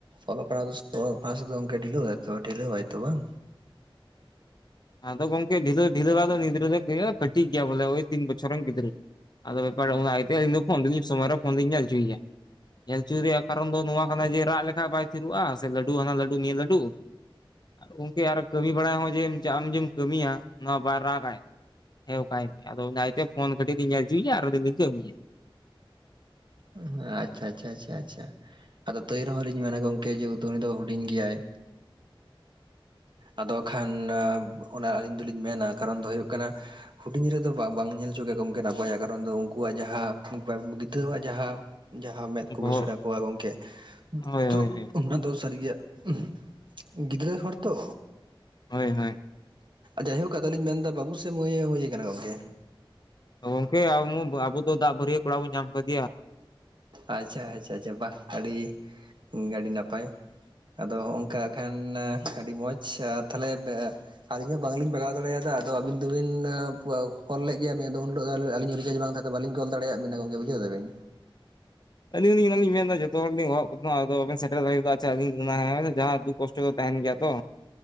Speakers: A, on the right; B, on the left.
A: ᱚᱞᱚᱜ ᱯᱟᱲᱦᱟᱣ ᱫᱚᱥ ᱚᱞᱚᱜ ᱯᱟᱲᱦᱟᱣ ᱥᱮᱫ ᱫᱚ ᱜᱚᱝᱠᱮ ᱰᱷᱤᱞᱟᱹ ᱣᱟᱭ ᱛᱚ ᱰᱷᱤᱞᱟᱹ ᱣᱟᱭ ᱛᱚ ᱵᱟᱝ᱾
B: ᱟᱫᱚ ᱜᱚᱝᱠᱮ ᱰᱷᱤᱞᱟᱹᱣ ᱰᱷᱤᱞᱟᱹ ᱵᱟ ᱫᱚ ᱱᱤᱭ ᱜᱤᱫᱽᱨᱟᱹ ᱫᱚ ᱮᱭ ᱠᱟᱹᱴᱤᱡ ᱜᱮᱭᱟ᱾ ᱵᱚᱞᱮ ᱩᱱᱤ ᱛᱤᱱ ᱵᱚᱪᱷᱚᱨ ᱨᱮᱱ ᱜᱤᱫᱽᱨᱟᱹ ᱟᱫᱚ ᱵᱮᱯᱟᱨ ᱫᱚ ᱚᱱᱟ ᱤᱭᱟᱹᱛᱮ ᱤᱧ ᱫᱚ ᱯᱷᱳᱱ ᱫᱚᱧ ᱥᱚᱢᱚᱭ ᱨᱮ ᱯᱷᱚᱱ ᱫᱚᱧ ᱧᱮᱞ ᱚᱪᱩᱭ ᱜᱮᱭᱟ ᱧᱮᱞ ᱩᱪᱩ ᱨᱮᱭᱟᱜ ᱠᱟᱨᱚᱱ ᱫᱚ ᱱᱚᱣᱟ ᱠᱟᱱᱟ ᱡᱮ ᱨᱟᱜ ᱞᱮᱠᱷᱟᱡ ᱵᱟᱭ ᱛᱷᱤᱨᱩᱜᱼᱟ ᱥᱮ ᱞᱟᱹᱰᱩ ᱦᱟᱱᱟ ᱞᱟᱹᱰᱩ ᱱᱤᱭᱟᱹ ᱞᱟᱹᱰᱩ ᱜᱚᱝᱠᱮ ᱟᱨ ᱠᱟᱹᱢᱤ ᱵᱟᱲᱟᱭ ᱦᱚᱸ ᱡᱮ ᱟᱢ ᱡᱮᱢ ᱠᱟᱹᱢᱤᱭᱟ ᱱᱚᱶᱟ ᱵᱟᱭ ᱨᱟᱜᱟᱭ᱾ ᱦᱮᱸ ᱵᱟᱠᱷᱟᱭ ᱟᱫᱚ ᱚᱱᱟ ᱤᱭᱟᱹ ᱛᱮ ᱯᱷᱳᱱ ᱠᱟᱹᱴᱤᱡ ᱞᱤᱧ ᱧᱮᱞ ᱪᱩᱭ ᱭᱟ ᱟᱨ ᱫᱩ ᱞᱤᱧ ᱠᱟᱹᱢᱤᱭᱟ᱾
A: ᱦᱚᱸ ᱟᱪᱪᱷᱟ ᱟᱪᱪᱷᱟ ᱟᱪᱪᱷᱟ ᱟᱪᱪᱷᱟ ᱟᱫᱚ ᱛᱟᱹᱭ ᱨᱮᱦᱚᱸ ᱞᱤᱧ ᱢᱮᱱᱼᱟ ᱜᱚᱝᱠᱮ ᱡᱳᱨ ᱛᱟ ᱩᱱᱤ ᱫᱚ ᱦᱩᱰᱤᱧ ᱜᱮᱭᱟᱭ ᱟᱫᱚ ᱠᱷᱟᱱ ᱱᱟ ᱚᱱᱟ ᱟᱹᱞᱤᱧ ᱫᱩᱞᱤᱧ ᱢᱮᱱᱼᱟ ᱠᱟᱨᱚᱱ ᱫᱚ ᱦᱳᱭᱳᱜ ᱠᱟᱱᱟ ᱦᱩᱰᱤᱧ ᱨᱮᱫᱚ ᱵᱟᱝ ᱵᱟᱝ ᱧᱮᱞ ᱪᱚ ᱜᱮ ᱜᱚᱝᱠᱮ ᱱᱟᱯᱟᱭᱟ ᱠᱟᱨᱚᱱ ᱫᱚ ᱩᱱᱠᱩ ᱣᱟᱜ ᱡᱟᱦᱟᱸ <unintelligible> ᱜᱤᱫᱽᱨᱟᱹ ᱣᱟᱜ ᱡᱟᱦᱟᱸ ᱡᱟᱦᱟᱸ ᱢᱮᱫ ᱠᱚ
B: ᱵᱚᱦᱚᱜ
A: ᱵᱩᱥᱟᱹᱲᱟ ᱠᱚᱣᱟ ᱜᱚᱝᱠᱮ
B: ᱦᱳᱭ
A: ᱛᱩᱜ
B: ᱦᱳᱭ ᱦᱳᱭ
A: ᱩᱱᱟ ᱫᱚ ᱥᱟᱹᱨᱤ ᱜᱮ ᱦᱟᱸᱜ ᱩᱸᱦ ᱜᱤᱫᱽᱨᱟᱹ ᱦᱚᱲ ᱛᱚ᱾
B: ᱦᱚᱭ ᱦᱚᱭ᱾
A: ᱡᱟᱭᱦᱳᱠ ᱟᱫᱚ ᱞᱤᱧ ᱢᱮᱱᱫᱟ ᱵᱟᱹᱵᱩ ᱥᱮ ᱢᱟᱹᱭ ᱮ ᱦᱩᱭ ᱟᱠᱟᱱᱟ ᱜᱚᱝᱠᱮ
B: ᱜᱚᱝᱠᱮ <unintelligible> ᱟᱹᱵᱩ ᱫᱚ ᱫᱟᱜ ᱵᱷᱟᱹᱨᱭᱟᱹ ᱠᱚᱲᱟ ᱵᱩᱱ ᱧᱟᱢ ᱠᱟᱫᱮᱭᱟ᱾
A: ᱟᱪᱪᱷᱟ ᱟᱪᱪᱷᱟ ᱟᱪᱪᱷᱟ ᱵᱟ ᱟᱹᱰᱤ ᱜᱮ ᱟᱹᱰᱤ ᱱᱟᱯᱟᱭ ᱟᱫᱚ ᱦᱚᱸᱦᱚᱝᱠᱟ ᱠᱷᱟᱱ ᱟᱹᱰᱤ ᱢᱚᱡᱽ ᱟᱨ ᱛᱟᱦᱞᱮ ᱵᱮ ᱟᱹᱞᱤᱧ ᱦᱚᱸ ᱵᱟᱝᱞᱤᱧ ᱵᱟᱜᱟᱣ ᱫᱟᱲᱮᱭᱟᱫᱟ ᱟᱫᱚ ᱟᱹᱵᱤᱱ ᱫᱚᱵᱤᱱ ᱠᱚᱞ ᱞᱮᱫ ᱜᱮᱭᱟ ᱵᱤᱱ ᱟᱫᱚ ᱩᱱ ᱦᱤᱞᱳᱜ ᱫᱚ ᱟᱹᱞᱤᱧ ᱨᱤᱪᱟᱨᱡᱽ ᱵᱟᱝ ᱛᱟᱦ ᱛᱟᱦᱮᱫ ᱵᱟᱹᱞᱤᱧ ᱠᱚᱞ ᱫᱟᱲᱮᱭᱟᱜ ᱵᱤᱱᱟ ᱜᱚᱝᱠᱮ ᱵᱩᱡᱷᱟᱹᱣ ᱫᱟᱵᱮᱱ
B: ᱟᱹᱞᱤᱧ ᱞᱤᱧ ᱚᱱᱟ ᱞᱤᱧ ᱢᱮᱱ ᱫᱟ ᱡᱚᱛᱚ ᱦᱚᱲ ᱞᱤᱧ ᱦᱚᱦᱚ ᱣᱟᱜ ᱠᱚ ᱛᱟᱦᱮᱱᱟ ᱟᱫᱚ ᱵᱟᱵᱮᱱ ᱥᱮᱴᱮᱨ ᱫᱟᱲᱮᱭᱟᱫᱟᱜ ᱟᱪᱷᱟ ᱟᱹᱞᱤᱧ ᱜᱩᱱᱟᱹᱱ ᱱᱟ ᱦᱮᱸ ᱵᱚᱞᱮ ᱡᱟᱦᱟᱸ ᱫᱩᱠ ᱠᱚᱥ ᱪᱚ ᱛᱟᱸᱦᱮᱱ ᱜᱮᱭᱟ ᱛᱚ᱾